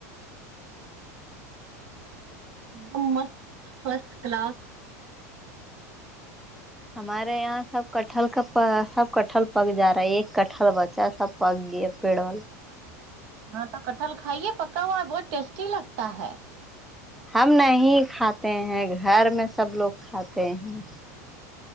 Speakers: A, on the right; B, in the centre.
A: ایک دم مست فرسٹ کلاس
B: ہمارے یہاں سب کٹہل کا سب کٹہل پک جا رہا ہے ایک کٹہل بچا سب پک گیا پیڑ وال
A: ہاں تو کٹہل کھائیے پکا ہوا ہے بہت ٹیسٹی لگتا ہے
B: ہم نہیں کھاتے ہیں گھر میں سب لوگ کھاتے ہیں